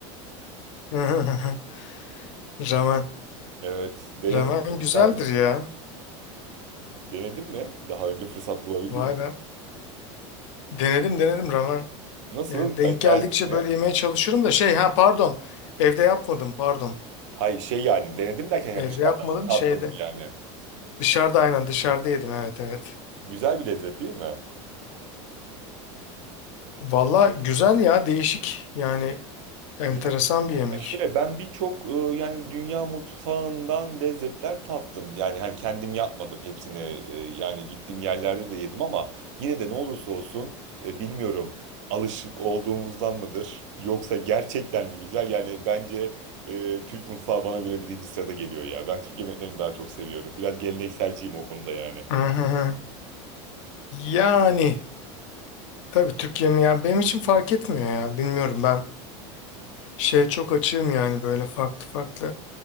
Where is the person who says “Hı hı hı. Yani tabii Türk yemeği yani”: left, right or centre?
Left